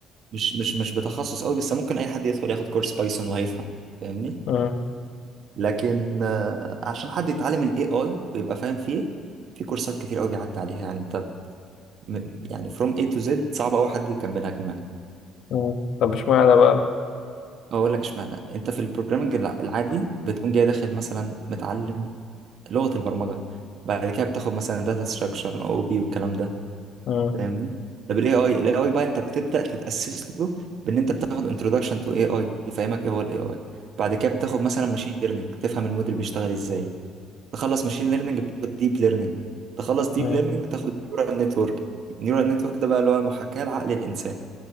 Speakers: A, on the right; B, on the left.
A: مش مش مش بتخصص قوي بس ممكن أي حد يدخل ياخد كورس بايثون وهيفهم فاهمني
B: امم
A: لكن آه، عشان حد يتعلم ال AI ويبقى فاهم فيه في كورسات كتير قوي بيعدي عليها يعني أنت م- يعني from A to Z صعب أوي حد يكملها كمان
B: امم طب اشمعنى بقى
A: أقول لك إشمعنى أنت في البروجرامنج العادي بتقوم جاي داخل مثلا متعلم لغة البرمجة بعد كده بتاخد مثلا داتا ستراكشر او بي والكلام ده
B: امم
A: فاهمني طب الاي اي الاي اي بقى انت بتبدأ تتأسس له بان انت بتاخد انتروداكشن تو اي اي يفهمك ايه هو الاي اي بعد كده بتاخد مثلا ماشين ليرنينج تفهم الموديل بيشتغل ازاي تخلص ماشين ليرنينج بتاخد ديب ليرنينج تخلص ديب
B: امم
A: ليرنينج تاخد نيورال نتورك نيورال نتورك ده بقى اللي هو المحاكاة لعقل الانسان